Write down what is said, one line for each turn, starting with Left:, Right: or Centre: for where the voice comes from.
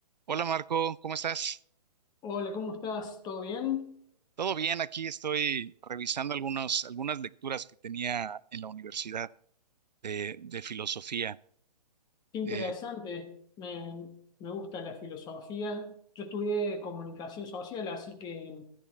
Right: Hola Marco, ¿cómo estás?
Left: Hola, ¿cómo estás? ¿Todo bien?
Right: Todo bien, aquí estoy revisando algunos, algunas lecturas que tenía en la universidad de, de filosofía.
Left: Qué interesante.
Right: Eh,
Left: Me, me gusta la filosofía. Yo estudié comunicación social, así que